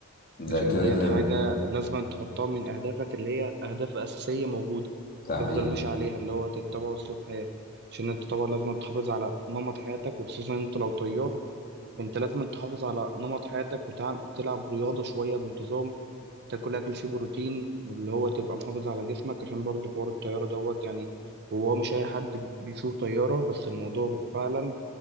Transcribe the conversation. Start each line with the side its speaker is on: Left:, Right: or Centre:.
Left: ده
Right: عشان
Left: كده
Right: ديت
Left: كده
Right: حاجة لازم تحطها من اهدافك اللي هي اهداف اساسية موجودة
Left: ده
Right: تفضل
Left: حقيقي
Right: ماشي عليها اللي هو تتبع اسلوب حياة عشان انت طبعا لازم تحافظ على نمط حياتك وخصوصا انت لو طيار فانت لازم تحافظ على نمط حياتك وتلعب رياضة شوية بانتظام تاكل اكل فيه بروتين واللي هو تبقى محافظ على جسمك عشان برضه حوار الطياره دوت يعني هو مش اي حد بيسوق طياره بس الموضوع فعلا